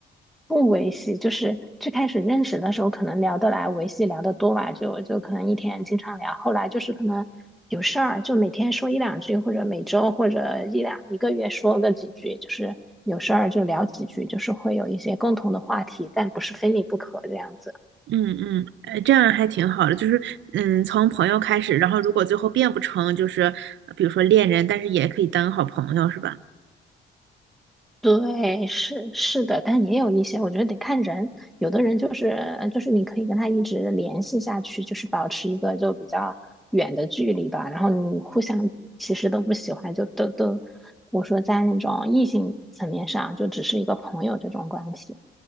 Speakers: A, in the centre; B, on the right (about 70°).
A: 不维系，就是最开始认识的时候可能聊得来，维系聊得多吧，就就可能一天经常聊。后来就是可能有事儿，就每天说一两句，或者每周或者一两一个月说个几句，就是有事儿就聊几句，就是会有一些共同的话题，但不是非你不可这样子。
B: 嗯嗯，呃，这样还挺好的，就是嗯，从朋友开始，然后如果最后变不成，就是呃比如说恋人，但是也可以当好朋友，是吧？
A: 对，是是的，但也有一些，我觉得得看人。有的人就是就是你可以跟他一直联系下去，就是保持一个就比较远的距离吧。然后你互相其实都不喜欢，就都都，我说在那种异性层面上，就只是一个朋友这种关系。